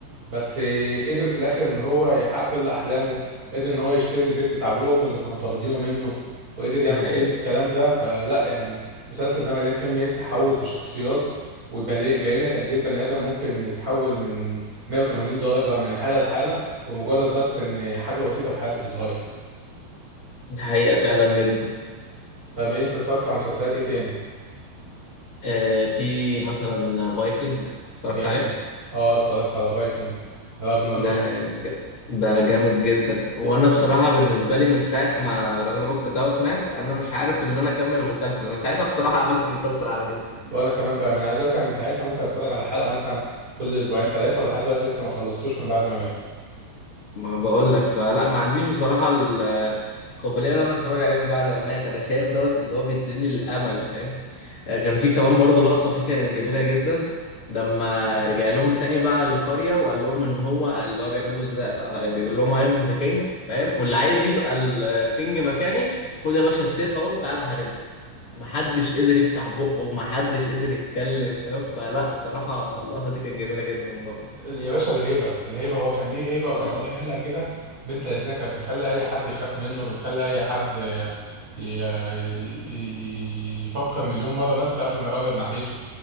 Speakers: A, on the right (about 20°); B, on the left (about 45°).
A: بس قدر في الاخر ان هو يحقق كل احلامه قدر ان هو يشتري البيت بتاع ابوه وامه اللي كانوا طاردينه منه وقدر يعمل
B: ده حقيقة
A: كل الكلام ده فلا يعني المسلسل ده مليان كمية تحول في الشخصيات ويبين لك قد ايه البني ادم ممكن يتحول من 180 درجة من حالة لحالة بمجرد بس ان حاجة بسيطة في حياته تتغير
B: ده حقيقة فعلا جدا
A: طب إيه انت اتفرجت على مسلسلات ايه تاني
B: آه في مثلا فايكنج اتفرجت
A: جامد
B: عليه
A: اه اتفرجت على فايكنج راجنر
B: ده
A: لورد
B: ج- ده جامد جدا وانا بصراحه بالنسبه لي من ساعه ما راجناروك دوت مات انا مش عارف ان انا اكمل المسلسل انا ساعتها بصراحه قفلت المسلسل على كده
A: وانا كمان بقى ما انا عايز اقول لك أنا من ساعتها ممكن اتفرج على حلقه مثلا كل اسبوعين ثلاثه ولحد دلوقتي لسه ما خلصتوش من بعد ما مات
B: ما بقول لك فلا ما عنديش بصراحه ال- القابليه ان انا اتفرج عليه من بعد ما مات انا شايف دوت اللي هو بيديلي الامل فاهم آه، كان في كمان برضه لقطة فيه كانت جميلة جدا لما رجع لهم تاني بقى القرية وقال لهم ان هو اللي هو بيعمل له ازاي آه، بيقول لهم اي ام ذا كينج فاهم واللي عايز يبقى الكينج مكاني خد يا باشا السيف اهو وتعالى حاربني محدش قدر يفتح بقه ومحدش قدر يتكلم فاهم فلا بصراحة اللقطة دي كانت جميلة جدا برضه
A: ال- يا باشا الهيبه الهيبه هو كان ليه هيبه وكان
B: اه
A: ليه هاله كده بنت لذينه كانت بتخلي اي حد يخاف منه بتخلي اي حد ي- ي- ي- يفكر مليون مره بس قبل ما يقرب ناحيته